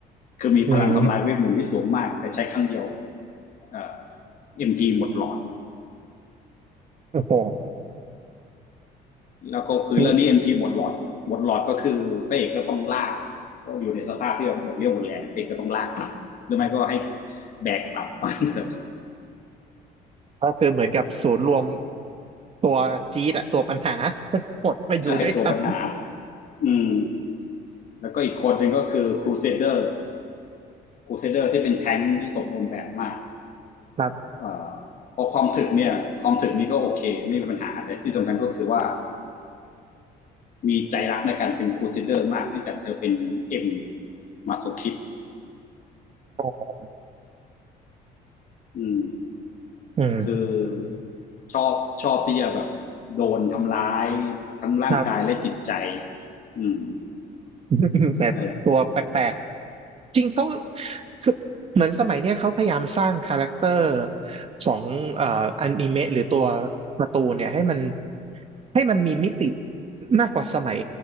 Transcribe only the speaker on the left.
คือมีพลังทำลายเวทมนต์ที่สูงมากแต่ใช้ครั้งเดียว
เอ่อ MP หมดหลอด
แล้วก็คือเรื่องนี้
MP หมดหลอดหมดหลอดก็คือพระเอกก็ต้องลากก็อยู่ในสภาพที่แบบหมดเรี่ยวหมดแรงพระเอกก็ต้องลากกลับหรือไม่ก็ให้แบกกลับมาเถอะ
<laughs> จะให้ตัวปัญหาอืมแล้วก็อีกคนหนึ่งก็คือครูเซเดอร์ครูเซเดอร์ที่เป็นแท้งค์ที่สมบูรณ์แบบมาก
เอ่อพอความถึกเนี่ยความถึกนี้ก็โอเคไม่มีปัญหาแต่ที่สำคัญก็คือว่า มีใจรักในการเป็นครูซิเดอร์มากเนื่องจากเธอเป็นเอ็มมาโซคิด
อืม
คือชอบชอบที่จะแบบโดนทำร้ายทั้งร่างกายและจิตใจ
อืม
นั่นแหละ